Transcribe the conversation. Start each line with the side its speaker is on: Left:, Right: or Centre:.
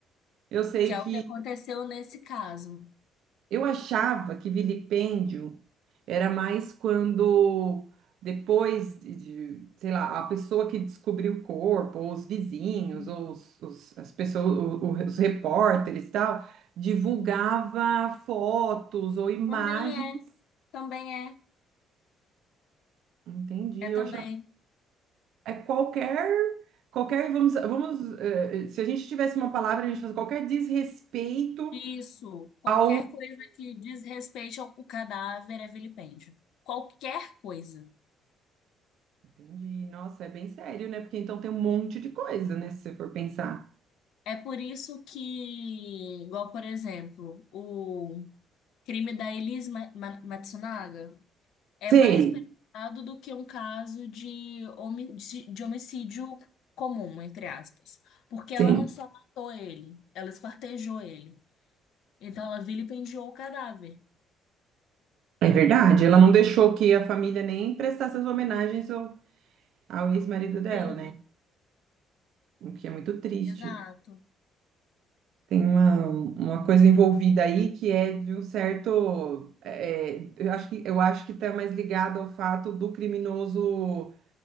Right: Eu sei
Left: que é
Right: que.
Left: o que aconteceu nesse caso.
Right: Eu achava que vilipêndio era mais quando depois de, de, sei lá, a pessoa que descobriu o corpo, ou os vizinhos,
Left: Uhum.
Right: ou os, os- as pessoas, o- o- os repórteres e tal, divulgava fotos ou imagens.
Left: Também é, também é,
Right: Entendi.
Left: é
Right: Eu
Left: também.
Right: achava é qualquer qualquer vamos vamos eh, se a gente tivesse uma palavra a gente faz qualquer desrespeito
Left: Isso. Qualquer
Right: ao
Left: coisa que desrespeite ao- o cadáver é vilipêndio. Qualquer coisa.
Right: Entendi. Nossa, é bem sério, né? Porque então tem um monte de coisa, né? Se você for pensar.
Left: É por isso que, igual, por exemplo, o crime da Elis Ma- Ma- Matsunaga é
Right: Sim,
Left: mais pesado do que um caso de, homi- de de homicídio comum, entre aspas. Porque ela
Right: sim.
Left: não só matou ele, ela esfartejou ele. Então ela vilipendiou o cadáver.
Right: É verdade. Ela não deixou que a família nem prestasse as homenagens ao, ao ex-marido dela,
Left: Sim,
Right: né? O que é muito triste.
Left: exato.
Right: Tem uma, uma coisa envolvida aí que é de um certo. é, é, eu acho que, eu acho que está mais ligado ao fato do criminoso